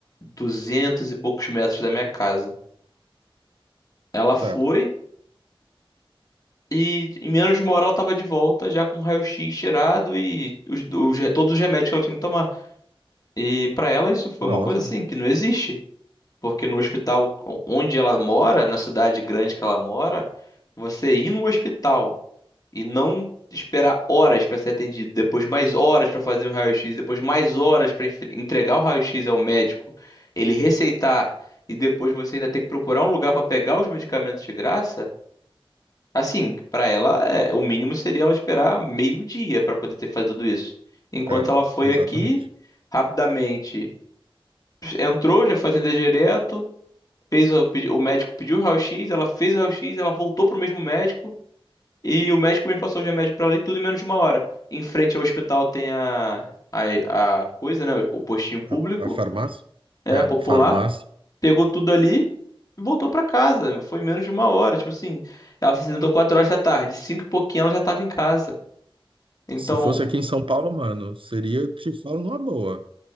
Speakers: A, on the left (about 40°); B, on the right (about 65°).
A: 200 e poucos metros da minha casa. Ela
B: Certo.
A: foi. E em menos de uma hora ela tava de volta, já com o raio-x tirado e os- os re- todos os remédios que ela tinha que tomar. E pra ela isso foi
B: Nossa,
A: uma coisa assim, que não existe. Porque no hospital o- onde ela mora, na cidade grande que ela mora, você ir no hospital e não esperar horas pra ser atendido, depois mais horas pra fazer um raio-x, depois mais horas pra enf- entregar o raio-x ao médico, ele receitar e depois você ainda ter que procurar um lugar pra pegar os medicamentos de graça. Assim, pra ela, é, o mínimo seria ela esperar meio-dia pra poder ter feito tudo isso. Enquanto
B: é,
A: ela foi
B: exatamente.
A: aqui, rapidamente entrou, já foi atender direto, fez o, pedi- o médico pediu o raio-x, ela fez o raio-x, ela voltou pro mesmo médico e o médico mesmo passou o remédio pra ela ali tudo em menos de uma hora. Em frente ao hospital tem a, a, a coisa, né, o postinho público,
B: A, a farmácia?
A: é
B: É,
A: popular
B: farmácia.
A: pegou tudo ali e voltou pra casa. Foi em menos de uma hora. Tipo assim, ela se acidentou 4 horas da tarde, cinco e pouquinho ela já tava em casa. Então,
B: Se fosse aqui em São Paulo, mano, seria, te falo numa boa,